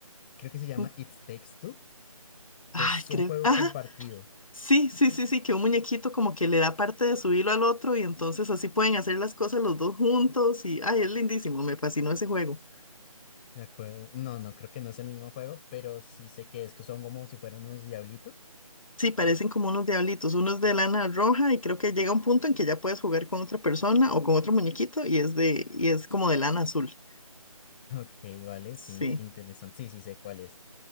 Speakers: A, on the left; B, on the left.
A: creo que se llama
B: Mm,
A: It Takes Two,
B: Ay,
A: que es un
B: creo.
A: juego
B: Ajá,
A: compartido.
B: sí, sí, sí, sí, que un muñequito como que le da parte de su hilo al otro y entonces así pueden hacer las cosas los dos juntos y, ay, es lindísimo, me fascinó ese juego.
A: De acuerdo. No, no, creo que no es el mismo juego, pero sí sé que es que son como si fueran unos diablitos.
B: Sí, parecen como unos diablitos, unos de lana roja y creo que llega un punto en que ya puedes jugar con otra persona o con otro muñequito y es de y es como de lana azul.
A: <laughs> Ok, vale,
B: Sí.
A: sí, interesante. Sí, sí sé cuál es.